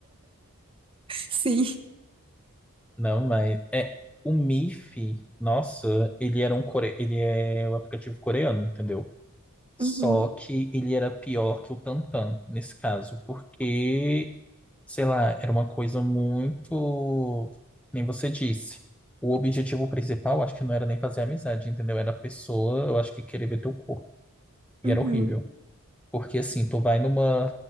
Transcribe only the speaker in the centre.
Não, mas é o Miff, nossa, ele era um core... ele é um aplicativo coreano, entendeu? Só
que ele era pior que o Tantan, nesse caso, porque, sei lá, era uma coisa muito. Nem você disse. O objetivo principal, acho que não era nem fazer amizade, entendeu? Era a pessoa, eu acho que querer ver teu corpo. E
era horrível. Porque, assim, tu vai numa,